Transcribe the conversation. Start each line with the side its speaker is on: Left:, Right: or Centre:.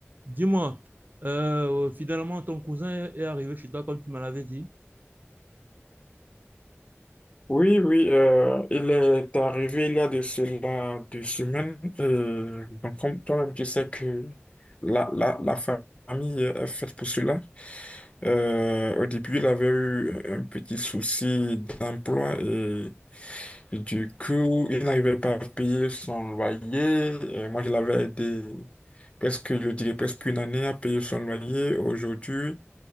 Right: Dis-moi, euh, finalement, ton cousin est arrivé chez toi comme tu me l'avais dit.
Left: Oui, oui, euh, il est arrivé il y a de cela deux semaines. Et, donc, comme toi-même, tu sais que la, la, la famille est faite pour cela. Euh, au début, il avait eu un petit souci d'emploi et du coup, il n'arrivait pas à payer son loyer. Et moi, je l'avais aidé presque, je dirais, presque une année à payer son loyer. Aujourd'hui,